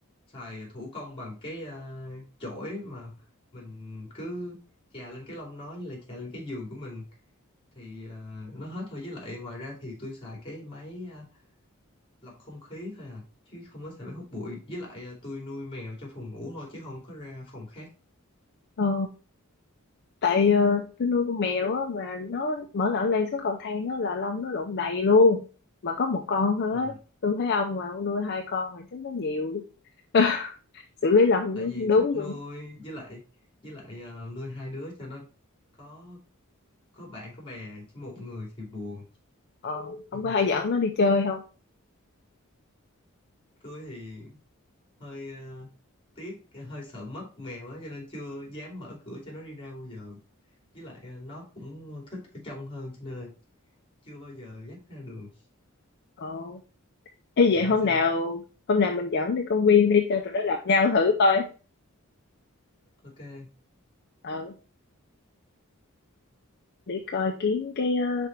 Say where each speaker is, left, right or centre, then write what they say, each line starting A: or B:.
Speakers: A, on the left; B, on the left.
A: xài thủ công bằng cái ờ, chổi mà mình cứ chà lên cái lông nó với lại chà lên cái giường của mình thì ờ, nó hết thôi với lại ngoài ra thì tôi xài cái máy ờ, lọc không khí thôi à chứ không có xài máy hút bụi với lại ờ, tôi nuôi mèo trong phòng ngủ thôi chứ không có ra phòng khác
B: Ờ. Tại ờ, tôi nuôi con mèo á mà nó mở lỡ lên xuống cầu thang á là lông nó lộn đầy luôn. Mà có một con thôi
A: ừ.
B: á. Tôi thấy ông mà ông nuôi hai con rồi chắc nó nhiều. <laughs> Xử lý lông
A: tại
B: nó không
A: vì
B: đúng
A: thích
B: luôn.
A: nuôi với lại với lại ờ, nuôi hai đứa cho nó có có bạn có bè chứ một người thì buồn
B: Ờ. Ông
A: <laughs>
B: có hay dẫn nó đi chơi không?
A: tôi thì hơi ờ, tiếc hơi sợ mất mèo á cho nên chưa dám mở cửa cho nó đi ra bao giờ với lại ờ, nó cũng thích ở trong hơn cho nên là chưa bao giờ dắt ra đường
B: Ờ. Ê
A: bạn
B: vậy hôm
A: thì sao
B: nào hôm nào mình dẫn đi công viên đi cho tụi nó gặp nhau thử coi.
A: ok
B: Ờ để coi kiếm cái ờ,